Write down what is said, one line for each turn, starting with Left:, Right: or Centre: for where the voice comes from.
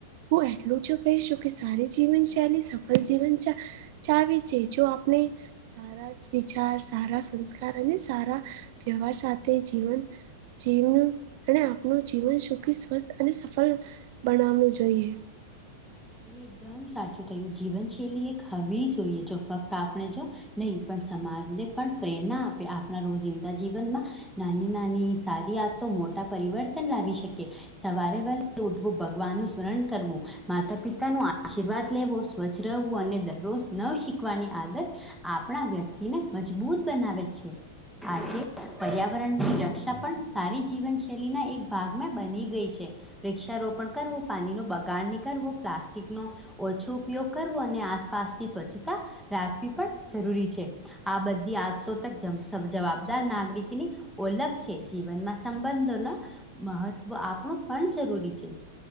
Right: હું એટલું જ કહીશું. કે સારી જીવનશૈલી સફળ જીવન ચાાવી છે. જો આપણે સારા જ વિચાર સારા સંસ્કાર અને સારા વ્યવહાર સાથે જીવંત જીવવું અને આપનું જીવન સુખી સ્વસ્થ અને સફળ બનાવવું જોઈએ.
Centre: એકદમ સાચું થયું. જીવનશૈલી એક હવી જોઈએ જો ફક્ત આપણે જો નહીં પણ સમાજને પણ પ્રેરણા આપે. આપણા રોજિંદા જીવનમાં નાની-નાની સારી આ તો મોટા પરિવર્તન લાવી શકે. સવારે વેલે ઉઠવું ભગવાન નું સ્મરણ કરવું માતા પિતા નુ આશીર્વાદ લેવો સ્વચ્છ રહેવું. અને દરરોજ નવ શીખવાની આદત આપણા વ્યક્તિને મજબૂત બનાવે છે. આજે પર્યાવરણની રક્ષા પણ સારી જીવનશૈલીના એક ભાગમાં બની ગઈ છે. વૃક્ષારોપણ કરવો, પાણી નો બગાડ નીકળવો, પ્લાસ્ટિક નો ઓછો ઉપયોગ કરવો. અને આસપાસની સ્વચ્છતા રાખવી પણ જરૂરી છે. આ બધી આદતો તો જમ સમ જવાબદાર નાગરિકની ઓલખ છે જીવનમાં સંબંધો ન મહત્વ આપણું પણ જરૂરી છે.